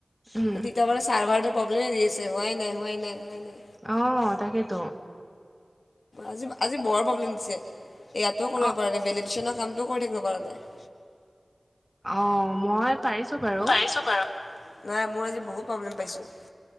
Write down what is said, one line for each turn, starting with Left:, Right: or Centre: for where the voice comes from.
Centre: উম,
Left: তেতিয়াপৰা চাৰ্ভাৰ প্ৰব্লেমে দি আছে হোৱাই নাই হোৱাই নাই হোৱাই নাই।
Centre: অ তাকেইতো।
Left: আজি আজি বৰ প্ৰব্লেম দিছে ইয়াতো কৰিব
Centre: অ',
Left: পাৰে নাই ভেলিডেশনট, কামটো কৰি থাকিব পৰা নাই৷
Centre: অ মই পাৰিছো বাৰু৷
Left: পাৰিছো বাৰু নাই মোৰ আজি বহুত প্ৰব্লেম পাইছো।